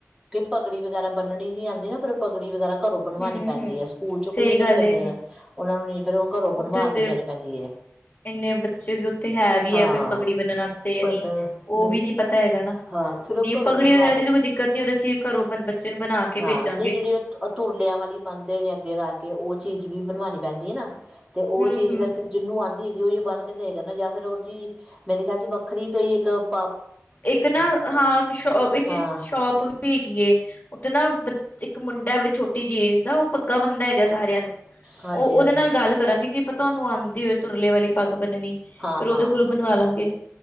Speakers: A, on the right (about 15°); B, on the left (about 35°).
A: ਕਿ ਪਗੜੀ ਵਗੈਰਾ ਬੰਨਣੀ ਨੀ ਆਂਦੀ ਨਾ ਫਿਰ ਪਗੜੀ ਵਗੈਰਾ ਘਰੋਂ ਬਣਵਾਣੀ
B: ਹਮ
A: ਪੈਂਦੀ
B: ਹਮ
A: ਹੈ ਸਕੂਲ ਚੋਂ ਕਿੰਨੇ
B: ਸਹੀ
A: ਕਿਹੜੇ
B: ਗੱਲ
A: ਬੰਦੇ
B: ਏ ਨੇ
A: ਉਹ ਨੂੰ ਨਹੀਂ ਫਿਰ ਉਹ ਘਰੋਂ
B: ਉੱਥੇ
A: ਬਣਵਾ
B: ਤੇ
A: ਕੇ ਜਾਣੀ ਪੈਂਦੀ ਹੈ
B: ਇੰਨੇ ਬੱਚੇ ਵੀ ਉੱਥੇ ਹੈ। ਵੀ
A: ਹਾਂ
B: ਹੈ ਕੋਈ ਪਗੜੀ ਬੰਨ੍ਹਣ ਵਾਸਤੇ ਯਾਨੀ
A: ਪਰ
B: ਉਹ
A: ਨਹੀਂ
B: ਵੀ ਨੀ ਪਤਾ ਹੈਗਾ। ਨਾ
A: ਹਾਂ ਫਿਰ ਉਹ
B: ਨਹੀਂ
A: ਘਰੋਂ
B: ਪਗੜੀ
A: ਬਣਵਾ
B: ਵਗੈਰਾ
A: ਦੋ
B: ਦੀ ਤਾਂ ਕੋਈ ਦਿੱਕਤ ਨੀ ਉਹਦੇ ਅਸੀਂ ਘਰੋਂ ਬੱਚੇ ਨੂੰ ਬਣਾ ਕੇ
A: ਹਾਂ
B: ਭੇਜਾਂਗੇ
A: ਨਹੀਂ ਜਿਹੜੀ ਉਹ ਅਤੁਰਲਿਆਂ ਵਾਲੀ ਬੰਨਦੇ ਨੇ ਅੱਗੇ ਕਰਕੇ ਉਹ ਚੀਜ਼ ਵੀ ਬਣਵਾਣੀ ਪੈਂਦੀ ਹੈ ਨਾ। ਤੇ ਉਹ
B: ਹੂੰ
A: ਚੀਜ਼
B: ਹੂੰ
A: ਫੇਰ ਜਿਹਨੂੰ ਆਂਦੀ ਹੋਏਗੀ ਉਹ ਬੰਨ <unintelligible> ਜਾਂ ਫਿਰ ਉਹਦੀ ਮੇਰੇ ਖਿਆਲ ਚ ਵੱਖਰੀ ਤੋਂ ਹੀ ਇੱਕ ਪਾ
B: ਇੱਕ ਨਾ ਹਾਂ ਇੱਕ ਸ਼ੋ ਇੱਕ
A: ਹਾਂ
B: ਸ਼ੋਪ ਵੀ ਹੈਗੀ ਆ। ਉੱਥੇ ਨਾ ਇੱਕ ਮੁੰਡਾ ਬੜੀ ਛੋਟੀ ਜੀ ਏੇਂਜ ਦਾ ਉਹ ਪੱਗਾ ਬਣਦਾ ਹੈਗਾ ਸਾਰਿਆਂ। ਉਹ
A: ਹਾਂਜੀ
B: ਉਹਦੇ
A: ਹਾਂਜੀ
B: ਨਾਲ ਗੱਲ ਕਰਾਂਗੇ ਕਿ ਪਤਾ ਤੁਹਾਨੂੰ ਆਉਂਦੀ ਹੋਏ ਤੁਰਲੇ ਵਾਲੀ ਪੱਗ। ਬੰਨਣੀ
A: ਹਾਂ
B: ਫੇਰ ਉਹਦੇ
A: ਹਾਂ
B: ਕੋਲੋਂ ਬਣਵਾ ਲਾਂਗੇ।